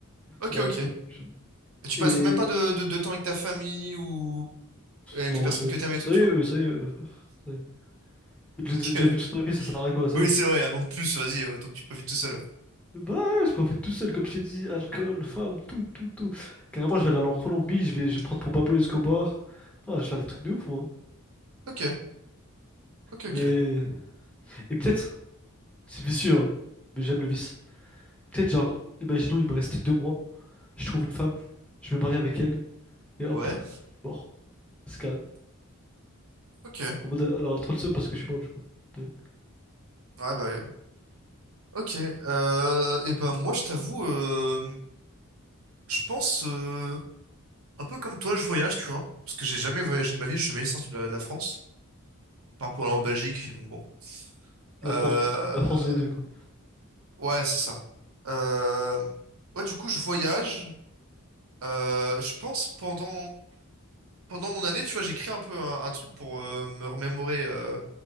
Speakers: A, on the right; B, in the centre.
A: Ok,
B: ouais,
A: ok.
B: un peu...
A: Et
B: genre.
A: tu passerais
B: Et...
A: même pas de, de, de temps avec ta famille ou avec
B: Non,
A: les personnes
B: ça y
A: que
B: est,
A: t'aimes et
B: ça
A: tout, tu
B: y est,
A: vois?
B: euh, ça y est, euh, frère. Ça y est. Je
A: Ok.
B: les ai déjà vus toute ma vie, ça sert à rien, quoi, ça
A: Oui,
B: y est.
A: c'est vrai, un an de plus, vas-y, euh, autant que tu profites tout seul.
B: Bah, je peux en faire tout seul, comme je t'ai dit, alcool, femme, tout, tout, tout. Carrément, je vais aller en Colombie, je vais, je vais me prendre pour Pablo Escobar. Non, je vais faire des trucs de ouf, moi.
A: Ok, ok, ok.
B: Mais. Et peut-être, c'est vicieux, hein, mais j'aime le vice. Peut-être, genre, imaginons, il me reste deux mois, je trouve une femme, je me marie avec elle, et hop,
A: Ouais,
B: je suis mort. C'est carré.
A: ok. Ouais,
B: En mode, alors, elle a trop le seum parce que je suis mort, du coup. Ouais.
A: bah, ouais. ok. Euh, et ben, moi, je t'avoue, euh, je pense, euh, un peu comme toi, je voyage, tu vois. Parce que j'ai jamais voyagé de ma vie, je suis jamais sorti de la, de la France. Par rapport à en Belgique, donc bon.
B: La
A: Euh,
B: France, quoi. La France v deux quoi.
A: Ouais, c'est ça. Euh, Ouais, du coup, je voyage. Euh, je pense pendant pendant mon année, tu vois, j'écris un peu un, un truc pour euh, me remémorer euh,